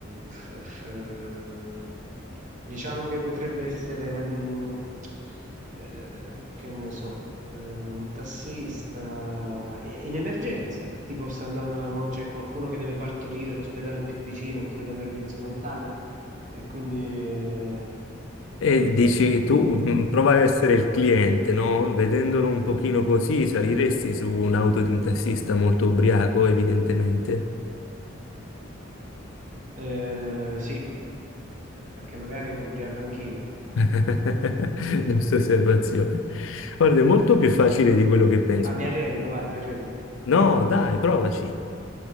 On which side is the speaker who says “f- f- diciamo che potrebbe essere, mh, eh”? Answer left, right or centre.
Right